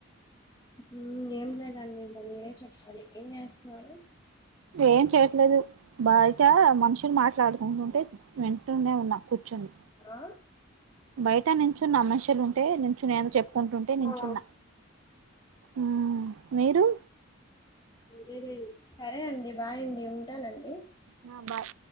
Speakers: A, on the left; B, on the right.
A: మ్ ఏం లేదండి ఇంక మీరే చెప్పాలి. ఏం చేస్తున్నారు?
B: ఏం చేయట్లేదు బయట మనుషులు మాట్లాడుకుంటుంటే వింటూనే ఉన్నా కూర్చొని
A: ఆ
B: బయట నించున్న మనిషులు ఉంటే నించు నేను చెప్పుకుంటుంటే నించున్న
A: ఆ
B: మ్ మీరు
A: వేరే ఇయ్యి సరే అండి బాయండి ఉంటానండి
B: నా బాయ్